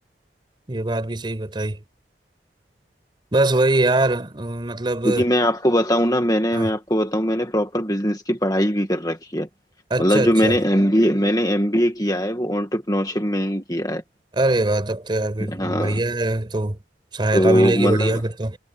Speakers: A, on the right; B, on the left.
A: ये बात भी सही बताई बस वही यार अ, मतलब
B: क्योंकि मैं आपको बताऊं ना मैंने
A: हाँ
B: मैं आपको बताऊं मैंने प्रॉपर बिजनेस की पढ़ाई भी कर रखी है मतलब
A: अच्छा अच्छा
B: जो मैंने एमबीए मैंने एमबीए किया है वो एंटरप्रेन्योरशिप में ही किया है
A: अरे वाह तब तो यार फिर
B: हाँ
A: बढ़िया है तो सहायता
B: तो
A: मिलेगी
B: मतलब
A: बढ़िया फिर तो